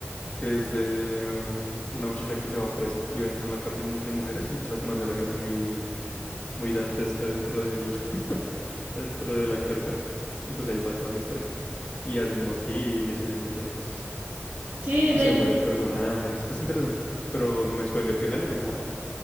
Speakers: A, on the left; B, on the right.
A: que es de una muchacha que se va presa y va a entrar en la cárcel mu- de mujeres y empieza a conocer a gente muy muy dantesca dentro del, <laughs> dentro de la cárcel. Y pues ahí va toda la historia. Y hacen motines y hacen un montón de cosas.
B: sí,
A: Y
B: de
A: se
B: hecho,
A: mueren personajes. Es interesante. Pero me spoiler el final y fue como, "Ah,